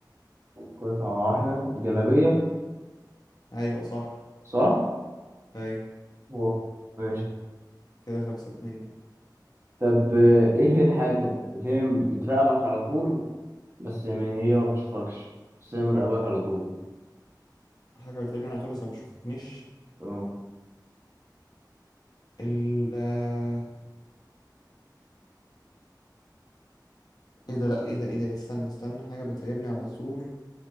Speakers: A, on the right; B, on the left.
A: قطعة واحدة جلابية
B: ايوه صح
A: صح؟
B: ايوه
A: و- ماشي
B: كده خمسة اتنين
A: طب آه، إيه الحاجة اللي هي بتراقبك على طول بس ما هي ما بتشوفكش بس هي مراقبك على طول
B: حاجة بتقابلني على طول بس ما بتشوفنيش
A: اه
B: ال آه، ايه ده لا ايه ده ايه ده استنى استنى حاجة بتراقبني على طول